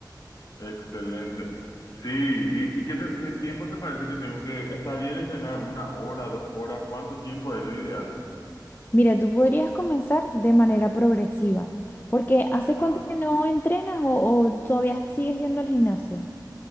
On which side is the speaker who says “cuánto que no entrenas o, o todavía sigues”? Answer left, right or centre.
Left